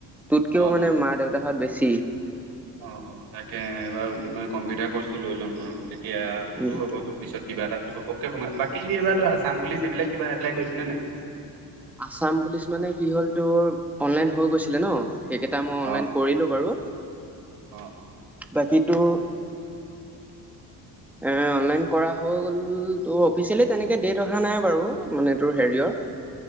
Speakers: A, in the centre; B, on the right.
A: তোতকেও
B: অ',
A: মানে
B: অ'।
A: মা দেউতা তাত বেছি।
B: অ' অ' তাকে এবাৰ কম্পিউটাৰ কৰ্চটো লৈ ল'ম ৰহ তেতিয়া ভালো
A: উম
B: হ'ব পিছত। কিবা এটাত ঘপককে সোমায়, বাকী এইবাৰ তই আসাম পুলিচ এইবিলাক কিবা এপ্লাই কৰিছনে নাই?
A: আছাম পুলিচ মানে কি হ'ল তোৰ অনলাইন হৈ গৈছিলে ন, সেইকেইটা মই অনলাইন
B: অ অ
A: কৰিলোঁ বাৰু।
B: অ
A: বাকী তোৰ এ অনলাইন কৰা হৈ গ'ল ত' অফিচিয়েলি তেনেকে ডেট অহা নাই বাৰু মানে তোৰ হেৰিয়ৰ।